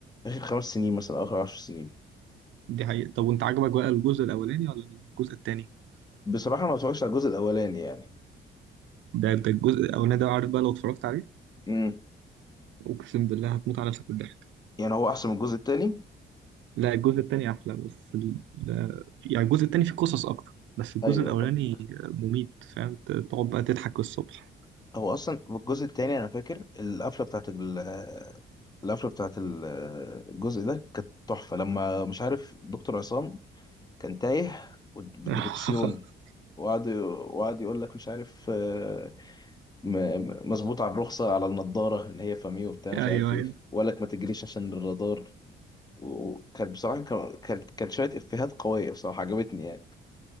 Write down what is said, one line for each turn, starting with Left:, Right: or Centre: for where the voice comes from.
Left: آخر خمس سنين مثلا أو آخر عشر سنين
Right: دي حقيقة طب وانت عجبك بقى الجزء الاولاني ولا الجزء التاني؟
Left: بصراحة أنا ما اتفرجتش على الجزء الأولاني يعني
Right: ده ده الجزء الاولاني ده عارف بقى لو اتفرجت عليه
Left: امم
Right: اقسم بالله هتموت على نفسك بالضحك
Left: يعني هو أحسن من الجزء التاني
Right: لا الجزء التاني احلى بس ال... لا- يعني الجزء التاني فيه قصص اكتر بس الجزء
Left: أيوه
Right: الاولاني
Left: طبعا
Right: مميت فاهم ت- تقعد بقى تضحك الصبح
Left: هو أصلا في الجزء التاني أنا فاكر القفلة بتاعت ال القفلة بتاعت ال- الجزء ده كانت تحفة لما مش عارف دكتور عصام كان تايه بالدركسيون
Right: <laughs>
Left: وقعد وقعد يقول لك مش عارف آه، م- م- مظبوط على الرخصة على النضارة اللي هي فامي وبتاع مش
Right: ايوه
Left: عارف ايه
Right: ايوه
Left: وقالك ما تجريش عشان الرادار وكان بصراحة كان كان كان شوية إفيهات قوية بصراحة عجبتني يعني